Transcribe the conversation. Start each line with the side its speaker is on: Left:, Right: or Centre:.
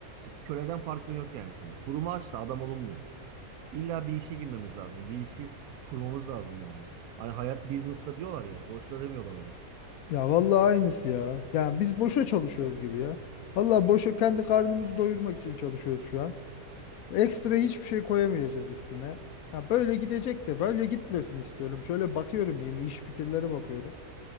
Right: ya köleden farkın yok yani senin. Kurumu aç da adam olunmuyor. İlla bir işe girmemiz lazım. Bir işi kurmamız lazım yani. Hani hayat business'ta diyorlar ya. Boşuna demiyorlar onu.
Left: Ya vallahi aynısı ya. Yani biz boşa çalışıyoruz gibi ya. Vallahi boşa kendi karnımızı doyurmak için çalışıyoruz şu an. Ekstra hiçbir şey koyamayacağız üstüne. Ya böyle gidecek de böyle gitmesini istiyorum. Şöyle bakıyorum yeni iş fikirlere bakıyorum.